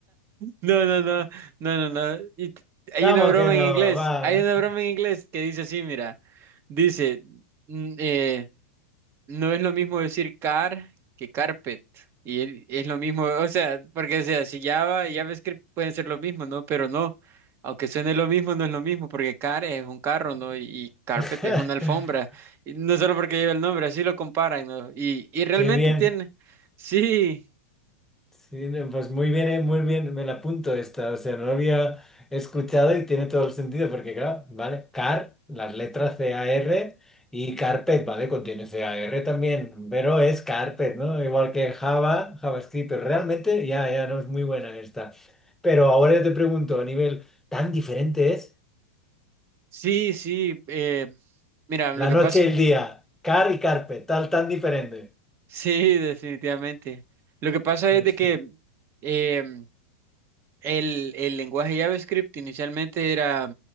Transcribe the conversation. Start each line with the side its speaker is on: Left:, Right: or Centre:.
Right: No, no, no, no, no, no. Y t- hay
Centre: ¿Cómo
Right: una broma
Centre: que no?
Right: en inglés,
Centre: Va.
Right: hay una broma en inglés que dice así, mira, dice, mm, eh, No es lo mismo decir car que carpet. Y el- es lo mismo, o sea, porque o sea, si Java y JavaScript pueden ser lo mismo, ¿no? Pero no, aunque suene lo mismo, no es lo mismo, porque car es un carro, ¿no? Y carpet
Centre: <laughs>
Right: es una alfombra. Y no solo porque lleva el nombre, así lo comparan, ¿no? Y, y realmente
Centre: Qué bien.
Right: tiene, sí,
Centre: Sí, no, pues muy bien, eh, muy bien, me la apunto esta, o sea, no lo había escuchado y tiene todo el sentido, porque claro, ¿vale? Car, las letras C-A-R y carpet, ¿vale? Contiene C-A-R también, pero es carpet, ¿no? Igual que Java, JavaScript, pero realmente ya, ya no es muy buena esta. Pero ahora yo te pregunto, a nivel tan diferente es
Right: sí, sí. eh, mira,
Centre: la
Right: lo que
Centre: noche
Right: pasa,
Centre: y el día, car y carpet, tal, tan diferente.
Right: <laughs> sí, definitivamente. Lo que pasa es de
Centre: Este,
Right: que... em, El, el lenguaje JavaScript inicialmente era,